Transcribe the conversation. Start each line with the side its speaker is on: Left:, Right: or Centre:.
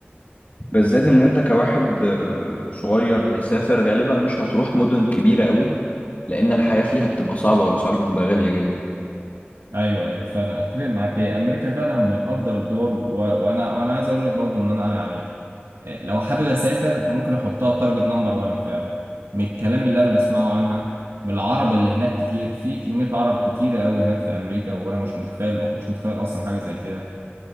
Left: بالذات ان انت كواحد آه، صغير هيسافر غالبا مش هتروح مدن كبيره قوي لان الحياه فيها بتبقى صعبه والاسعار بتبقى غاليه جدا
Right: ايوه ايوه فعلا اتفق معاك هي امريكا فعلا من افضل الدول و... وانا وانا عايز اقول لك برضو ان انا يعني آه، لو حابب اسافر ممكن احطها تارجت نمبر 1 فعلا من الكلام اللي انا بسمعه عنها من العرب اللي هناك كتير في كمية عرب كتيرة قوي هناك في امريكا وانا مش متخيل ما كنتش متخيل اصلا حاجة زي كده